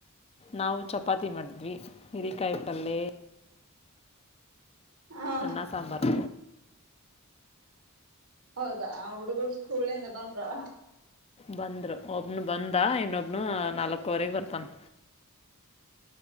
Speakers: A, on the left; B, on the right.
A: ನಾವು ಚಪಾತಿ ಮಾಡಿದ್ವಿ ಹೀರಿ ಕಾಯಿ ಪಲ್ಲೆ
B: ಹಾ
A: ಅನ್ನ ಸಾಂಬಾರ್
B: ಹೌದಾ ಆ ಹುಡುಗುರು ಸ್ಕೂಲಿಂದ ಬಂದ್ರ
A: ಬಂದ್ರು ಒಬ್ನು ಬಂದ ಇನ್ನೊಬ್ನು ನಾಲ್ಕವರೆಗೆ ಬರ್ತನ್